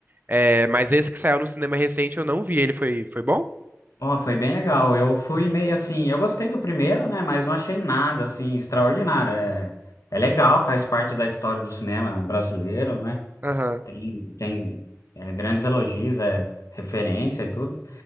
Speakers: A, on the right; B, on the left.
A: É, mas esse que saiu no cinema recente eu não vi. Ele foi, foi bom?
B: Ó, foi bem legal. Eu fui meio assim, eu gostei do primeiro, né? Mas não achei nada assim extraordinário. É, é legal, faz parte da história do cinema brasileiro, né?
A: Aham,
B: Tem, tem é, grandes elogios, é referência e tudo.